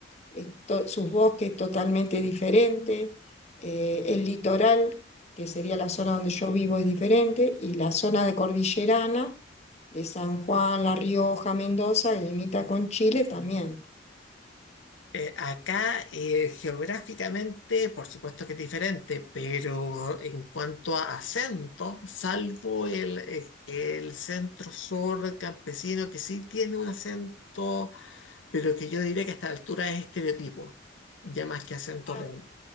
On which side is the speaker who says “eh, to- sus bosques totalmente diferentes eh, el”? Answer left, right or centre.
Left